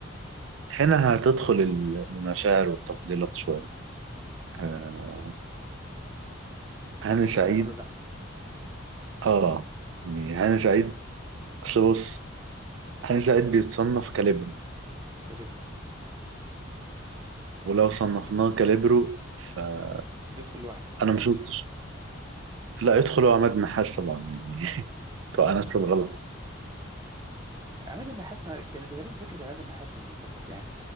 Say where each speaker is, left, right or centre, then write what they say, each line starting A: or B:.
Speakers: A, on the right; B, on the right.
A: هنا هتدخل المشاعر والتفضيلات شويه آه، هاني
B: فانت ممكن
A: سعيد
B: تدخله لا
A: اه يعني هاني سعيد اصل بص هاني سعيد بيتصنف كاليبرو
B: كاليبرو
A: ولو صنفناه كاليبرو فانا
B: يدخل لوحده
A: ما شفتش لا يدخل عماد نحاس طبعا يعني <laughs> طبعا انا في الغلط
B: عماد النحاس ما- كانت غريبة فكرة عماد النحاس في المنتخب يعني